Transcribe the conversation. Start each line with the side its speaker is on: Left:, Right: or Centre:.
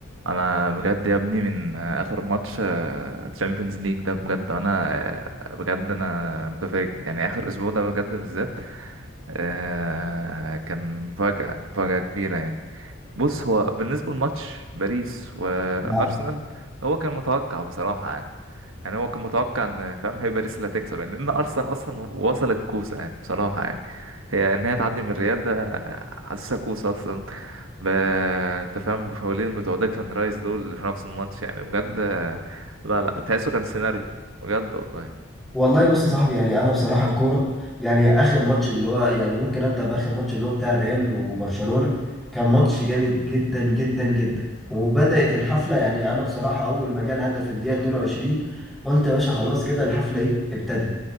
Right: انا بجد يا ابني من اخر ماتش تشامبيونز ليج ده بجد انا آه، بجد انا متفاجئ يعني اخر اسبوع ده بجد بالذات آه، كان مفاجأة مفاجأة كبيرة يعني بص هو بالنسبة لماتش باريس وأرسنال
Centre: لا.
Right: هو كان متوقع بصراحة يعني يعني هو كان متوقع إن فاهم هي باريس اللي هتكسب يعني لأن أرسنال أصلا وصلت كوسة يعني بصراحة يعني هي إن هي تعدي من الريال ده حاسسها كوسة أصلا ب... أنت فاهم بفاولين بتوع ديكلان رايس دول في نفس الماتش يعني بجد لا لا تحسه كان سيناريو بجد والله
Centre: والله بص يا صاحبي يعني انا بصراحه الكوره يعني اخر ماتش اللي هو يعني ممكن ابدا باخر ماتش اللي هو بتاع الريال وبرشلونه كان ماتش جامد جدا جدا جدا وبدات الحفله يعني انا بصراحه اول ما جه الهدف في الدقيقه 22 قلت يا باشا خلاص كده الحفله ايه ابتدت